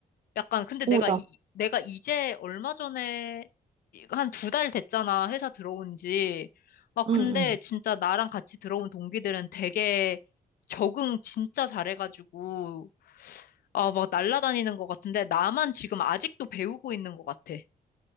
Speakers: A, on the left; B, on the right.
A: 약간 근데 내가
B: 오, 야,
A: 이 내가 이제 얼마 전에 한 두 달 됐잖아 회사 들어온 지. 아 근데
B: 응, 응.
A: 진짜 나랑 같이 들어온 동기들은 되게 적응 진짜 잘해가지고 아 막 날라다니는 것 같은데 나만 지금 아직도 배우고 있는 것 같아.